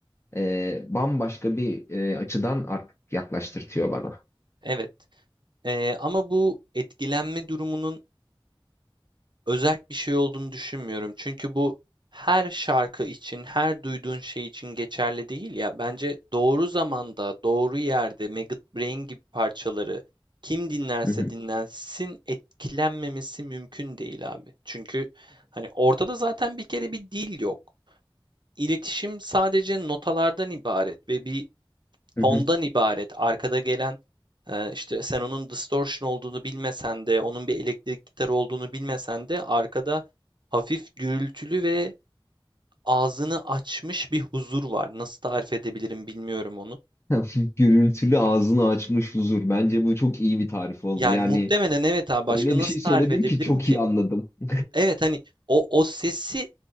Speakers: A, on the left (about 30°); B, on the right (about 60°).
A: e, bambaşka bir e, açıdan artık yaklaştırtıyor bana.
B: evet. Ee, ama bu etkilenme durumunun özel bir şey olduğunu düşünmüyorum. Çünkü bu her şarkı için, her duyduğun şey için geçerli değil ya. Bence doğru zamanda, doğru yerde Maggot Brain gibi parçaları kim dinlerse
A: Hı hı.
B: dinlensin etkilenmemesi mümkün değil abi. Çünkü hani ortada zaten bir kere bir dil yok. İletişim sadece notalardan ibaret ve bir
A: Hı
B: tondan
A: hı.
B: ibaret. Arkada gelen e, işte sen onun distortion olduğunu bilmesen de, onun bir elektrik gitarı olduğunu bilmesen de arkada hafif gürültülü ve ağzını açmış bir huzur var. Nasıl tarif edebilirim bilmiyorum onu.
A: <laughs> Hafif Gürültülü ağzını açmış huzur. Bence bu çok iyi bir tarif oldu.
B: Yani
A: Yani
B: muhtemelen evet abi başka
A: öyle
B: nasıl
A: bir şey söyledin
B: tarif edebilirim
A: ki çok
B: ki?
A: iyi anladım. <laughs>
B: Evet hani o o sesi